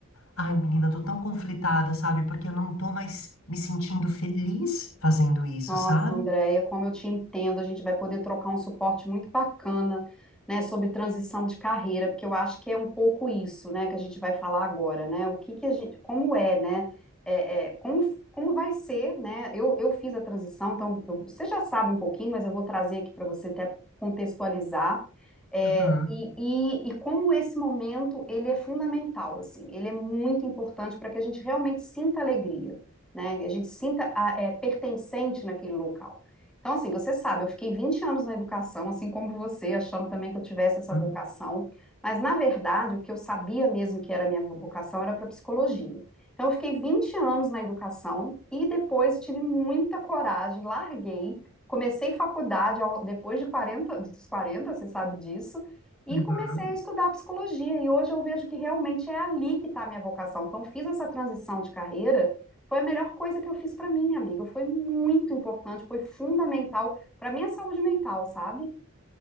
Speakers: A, on the left; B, in the centre.
A: Ai, menina, eu tô tão conflitada, sabe? Porque eu não tô mais me sentindo feliz fazendo isso,
B: Nossa,
A: sabe?
B: Andréia, como eu te entendo, a gente vai poder trocar um suporte muito bacana, né, sobre transição de carreira, porque eu acho que é um pouco isso, né, que a gente vai falar agora, né, o que que a gente, como é, né, é, é, como, como vai ser, né, eu, eu fiz a transição, então eu- você já sabe um pouquinho, mas eu vou trazer aqui para você até contextualizar, é,
A: Uhum,
B: e, e, e como esse momento, ele é fundamental, assim, ele é muito importante para que a gente realmente sinta alegria, né? a gente se sinta é, pertencente naquele local. Então, assim, você sabe, eu fiquei 20 anos na educação, assim como você, achando também que eu tivesse essa
A: uhum,
B: vocação, mas na verdade o que eu sabia mesmo que era a minha vocação era para psicologia. Então, eu fiquei 20 anos na educação e depois tive muita coragem, larguei, comecei faculdade ao- depois de quarenta dos quarenta você sabe disso, e
A: uhum.
B: comecei a estudar psicologia. E hoje eu vejo que realmente é ali que está a minha vocação. Então, eu fiz essa transição de carreira foi a melhor coisa que eu fiz pra mim, minha amiga. Foi muito importante, foi fundamental pra minha saúde mental, sabe?